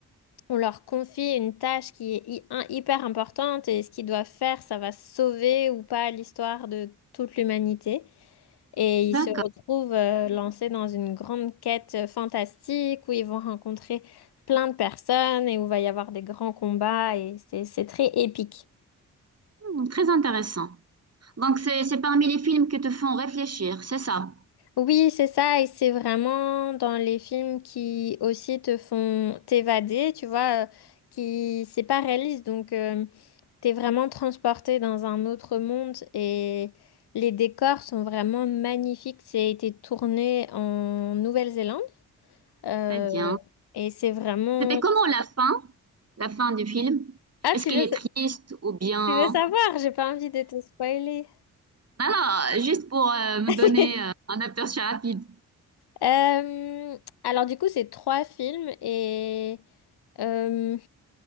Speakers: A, on the left (about 75°); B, on the right (about 40°).
A: on leur confie une tâche qui est hy- un- hyper importante et ce qu'ils doivent faire, ça va sauver ou pas l'histoire de toute l'humanité. Et ils
B: D'accord.
A: se retrouvent euh, lancés dans une grande quête euh, fantastique où ils vont rencontrer plein de personnes et où va y avoir des grands combats et c'est c'est très épique.
B: Hmm, très intéressant. Donc, c'est, c'est parmi les films qui te font réfléchir, c'est ça?
A: Oui, c'est ça, et c'est vraiment dans les films qui aussi te font t'évader, tu vois, euh, qui c'est pas réaliste, donc euh, T'es vraiment transporté dans un autre monde et les décors sont vraiment magnifiques. C'est été tourné en Nouvelle-Zélande euh,
B: Très bien.
A: et c'est vraiment...
B: C'était comment la fin? La fin du film?
A: Ah,
B: Est-ce
A: tu
B: qu'elle
A: veux,
B: est
A: sa-
B: triste ou bien...
A: tu veux savoir? J'ai pas envie de te spoiler.
B: Non, non, juste pour euh, me
A: <laughs>
B: donner euh, un aperçu rapide.
A: Euh, alors du coup, c'est trois films et... euh,